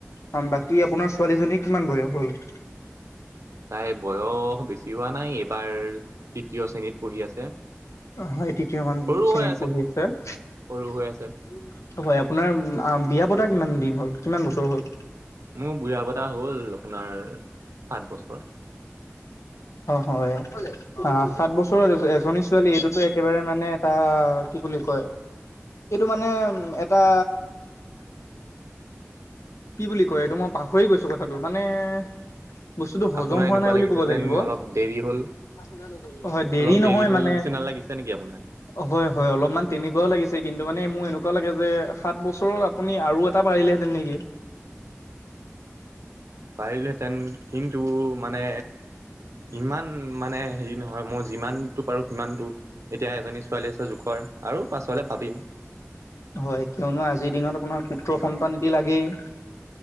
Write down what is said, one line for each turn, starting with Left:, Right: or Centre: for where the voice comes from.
Left: অ বাকী আপোনাৰ ছোৱালীজনী কিমান বয়স হ'ল <inaudible>
Right: তাই বয়স বেছি হোৱা নাই এইবাৰ তৃতীয় শ্ৰেণীত পঢ়ি আছে
Left: হয় তৃতীয় মান
Right: সৰু
Left: শ্ৰেণীত
Right: হৈ
Left: পঢ়ি আছে
Right: সৰু হৈ
Left: <inaudible>
Right: আছে
Left: হয় আপোনাৰ বিয়া পতা কিমান দিন হ'ল কিমান বছৰ হ'ল
Right: মোৰ বিয়া পতা হ'ল আপোনাৰ সাত বছৰ
Left: হয় সাত বছৰ ও এজনী ছোৱালী এইটোতো একেবাৰে মানে এটা কি বুলি কয় এইটো মানে এটা কি বুলি কয় এইটো মই পাহৰি গৈছো কথাটো মানে <inaudible> বস্তুতটো হজম
Right: আপোনাৰ
Left: হোৱা
Right: এনেকুৱা
Left: নাই বুলি
Right: লাগিছে
Left: কব লাগিব
Right: যেন
Left: <inaudible>
Right: অলপ দেৰি হ'ল
Left: হয় দেৰি
Right: অলপ
Left: নহয়
Right: হ'ল
Left: মানে
Right: নিচিনা লাগিছে নেকি
Left: <inaudible>
Right: আপোনাৰ
Left: হয় হয় অলপমান তেনেকুৱা লাগিছে কিন্তু মানে মোৰ এনেকুৱা লাগে যে সাত বছৰত আপুনি আৰু এটা পাৰিলেহে নেকি <inaudible>
Right: পাৰিলোহেঁতেন কিন্তু মানে ইমান মানে হেৰি নহয় মই যিমানতটো পাৰো সিমানতটো এতিয়া এজনী ছোৱালী আছে জোখত আৰু পাছলে ভাবিম
Left: হয়, কিয়নো আজিৰ দিনত আপোনাৰ পুত্ৰৰ
Right: কি হয়
Left: সন্তান এটি লাগেই।